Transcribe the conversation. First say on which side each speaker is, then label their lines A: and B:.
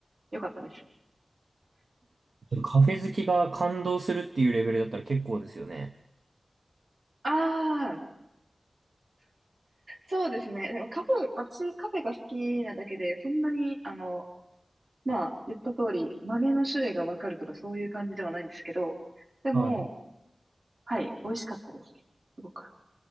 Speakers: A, on the right; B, on the right.
A: よかったです。
B: カフェ好きが感動するっていうレベルだったら結構ですよね。
A: ああ、そうですね。でもカフェ、私カフェが好きなだけで、そんなに、あの、まあ、言った通り、豆の種類がわかるとかそういう感じではないんですけど、でも、
B: はい。
A: はい、美味しかったです。すごく。